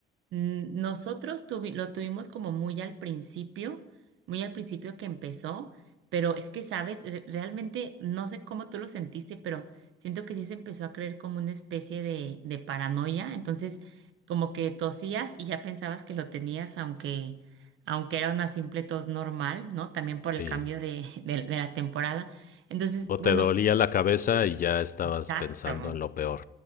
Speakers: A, on the right; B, on the left.
A: Mm, Nosotros tuvi- lo tuvimos como muy al principio, muy al principio que empezó, pero es que, sabes, Re- realmente no sé cómo tú lo sentiste, pero siento que sí se empezó a creer como una especie de, de paranoia, entonces como que tosías y ya pensabas que lo tenías, aunque, aunque era una simple tos normal, ¿no? También por
B: Sí.
A: el cambio de, <laughs> de de la temporada. Entonces,
B: O
A: bueno,
B: te dolía la cabeza y ya estabas
A: exacto.
B: pensando en lo peor.